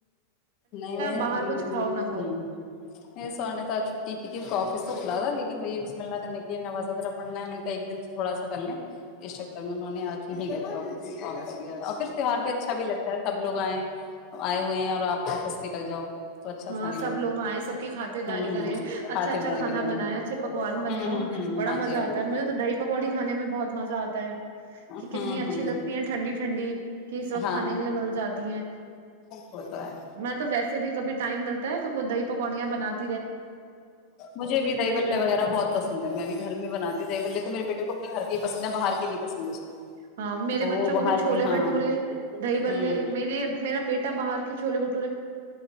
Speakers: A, on the left (about 35°); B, on the right (about 75°).
A: نہیں میں ہ
B: باہر کچھ کھاؤ نہ کھاؤ
A: مے س نے تو آج چھٹی کی تھی م کا آفس تو کھلا تھا لیکن لیکنی یہ بسم اللہ کرنے کے نواز وغیرہ پڑنا ہے م کا ایک دن تو تھوڑا سا کر لیں اس چکر میں انہوں نے آج نہیں گ ا اور پھر تیوار بھی اچھا بھی لگتا ہے سب لوگ آئےیں آئے ہوئے ہیں اور آپ واپس نکل جاؤ تو اچھا
B: ہاں
A: سا نہیں لگتا
B: سب لوگ آئیں سب کی کھات
A: ہوں
B: داری کریں
A: ہوں
B: اچھا
A: خاطر
B: اچھا
A: داری
B: کھانا
A: کے نہیں
B: بنیں
A: ہوں
B: اچھے پکوان بنے
A: ہوں
B: ہو
A: ہوں
B: بڑا
A: ہاں جی
B: مزہ آتا
A: ہاں جی
B: ہے مجھے تو دہی پکوڑی کھانے میں بہت مزہ آتا ہے
A: ہے
B: کہ
A: ہوں
B: کتنی اچھی
A: ہوں
B: لگتی ہے ٹھنڈی ٹھنڈی کہ اس وقت
A: ہاں
B: کھانے کے لیے مل جاتی ہیں
A: وہ تو ہے
B: میں تو ویسے بھی کبھی ٹائم ملتا ہے تو وہ دہ پکوڑیاں بناتے
A: مجھے بھی دہی بلے
B: گھر
A: وغیرہ
B: میں کھلاؤ۔
A: بہت پسند ہے میں بھی گھر میں بناتی ہ دی بلے تو میرے بیٹے کو اپنے گھر کے ہی پسند ہے باہر کے لی نہیں پسند اسے
B: ہاں میرے
A: وہ
B: بچوں کو
A: باہر
B: بھی چھوولے
A: کے ہاں
B: بھٹورے دہی بلے
A: ہوں
B: میرے میرا بیٹا باہر چو ب